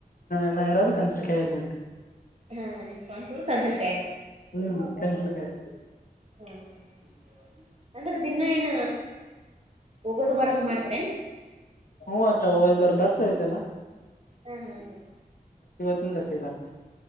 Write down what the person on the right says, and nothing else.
ಹಾ ನಿಮ್ ಸ್ವಂತವರು ಕಂಚಲ
ಹಾ ಹಾ ಹ ಅಂದ್ರೆ ದಿನ ಏನ ಹೋಗೋದು ಬರೋದು ಮಾಡ್ತ
ಹ್ಮ್ ಹ್ಮ್ ಹ್ಮ್